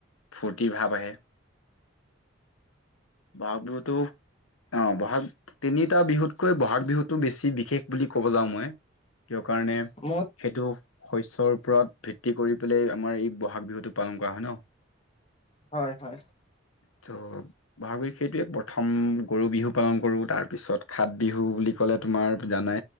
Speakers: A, on the left (about 80°); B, on the left (about 30°).
A: ফূৰ্তি ভাৱ আহে। বহাগ বিহুতো অ বহাগ আৰু তিনিটা বিহুতকৈ ব'হাগ বিহুটো বেছি বিশেষ বুলি ক'ব যাওঁ মই। ক কাৰণে
B: উম,
A: সেইটো শস্যৰ ওপৰত ভিত্তি কৰি পেলাই আমাৰ এই বহাগ বিহুতটো পালন কৰা হয় ন
B: হয় হয়
A: ত বহাগ বিহ সেইটোৱে প্ৰথম গৰু বিহু পালন কৰো তাৰ পিছত খাত বিহু বুলি ক'লে তোমাৰ জানা